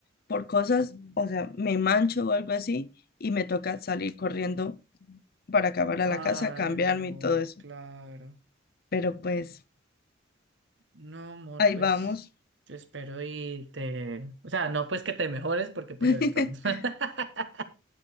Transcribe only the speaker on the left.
por cosas, o sea, me mancho o algo así y me toca salir corriendo para acabar a
la casa, cambiarme
y todo eso.
Pero pues
ahí
vamos.
<laughs>